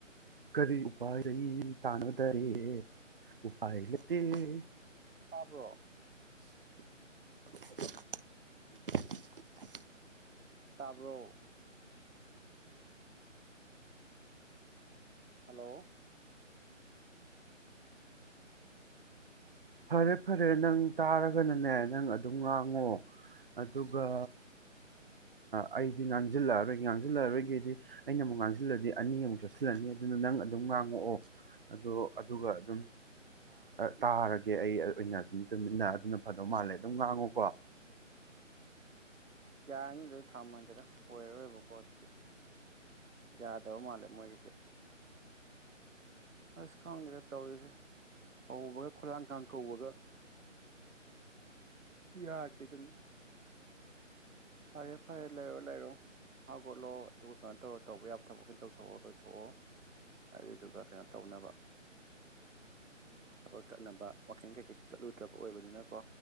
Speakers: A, on the right; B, on the right.
A: ꯀꯔꯤ ꯎꯄꯥ ꯇꯥꯅꯗꯔꯦ ꯎꯄꯥ ꯂꯩ
B: ꯇꯥꯕ꯭ꯔꯣ
A: <inaudible>
B: ꯇꯥꯕ꯭ꯔꯣ ꯍꯜꯂꯣ
A: ꯐꯔꯦ ꯐꯔꯦ ꯅꯪ ꯇꯥꯔꯒꯅꯅꯦ ꯅꯪ ꯑꯗꯨꯝ ꯉꯥꯡꯉꯣ ꯑꯗꯨꯒ ꯑꯩꯗꯤ ꯉꯥꯡꯁꯤꯜꯂꯛꯑꯔꯣꯏꯒꯦ ꯉꯥꯡꯁꯤꯜꯂꯛꯑꯔꯣꯏꯒꯦꯗꯤ ꯑꯩꯅ ꯑꯃꯨꯛ ꯉꯥꯡꯁꯤꯜꯂꯗꯤ ꯑꯅꯤꯃꯨꯛ ꯆꯠꯁꯤꯜꯂꯅꯤ ꯑꯗꯨꯅ ꯅꯪ ꯑꯗꯨꯝ ꯉꯥꯡꯉꯛꯑꯣ ꯑꯗꯣ ꯑꯗꯨꯒ ꯑꯗꯨꯝ ꯇꯥꯔꯒ ꯦ ꯑꯩ ꯑꯣꯏꯅ ꯑꯗꯨꯝ ꯇꯨꯃꯤꯟꯅ ꯑꯗꯨꯅ ꯐꯗꯧ ꯃꯥꯜꯂꯦ ꯑꯗꯨꯝ ꯉꯥꯡꯉꯨꯀꯣ
B: ꯌꯥꯔꯅꯤ ꯂꯣꯏ ꯊꯝꯃꯒꯦꯗ ꯑꯣꯏꯔꯔꯣꯏꯕꯀꯣ ꯑꯗꯨꯗꯤꯁꯦ ꯌꯥꯗꯕ ꯃꯥꯜꯂꯦ ꯃꯣꯏꯒꯤꯁꯦ ꯑꯁ ꯈꯪꯗꯦꯗ ꯇꯧꯔꯤꯁꯦ ꯍꯧꯕꯒ ꯈꯨꯂꯥꯡ ꯀꯥꯡ ꯀꯧꯕꯒ ꯌꯥꯗꯦꯗꯨꯅꯤ ꯐꯔꯦ ꯐꯔꯦ ꯂꯩꯔꯣ ꯂꯩꯔꯣ ꯍꯧꯒꯠꯂꯣ ꯑꯗꯨꯒ ꯀꯩꯅꯣ ꯇꯧꯔꯣ ꯇꯧꯕ ꯌꯥꯕ ꯊꯕꯛ ꯀꯩꯅ ꯇꯧꯊꯣꯛꯑꯣ ꯂꯣꯏꯊꯣꯛꯑꯣ ꯑꯗꯨꯗꯨꯒ ꯀꯩꯅꯣ ꯇꯧꯅꯕ ꯊꯕꯛ ꯆꯠꯅꯕ ꯋꯥꯋꯀꯤꯡ ꯀꯩꯀꯩꯁꯨ ꯆꯠꯂꯨꯗ꯭ꯔꯕ ꯑꯣꯏꯕꯅꯤꯅꯀꯣ